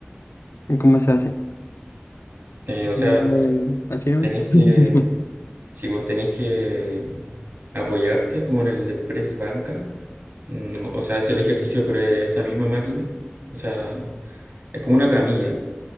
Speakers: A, on the left; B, on the right.
A: ¿Y ¿Cómo se hace? <laughs>
B: Eh, o sea,
A: Eh, ¿Así no?
B: tenéis
A: <laughs>
B: que, si vos tenéis que apoyarte como en el press banca, mm, o sea, es el ejercicio, pero es esa misma máquina, o sea, es como una camilla,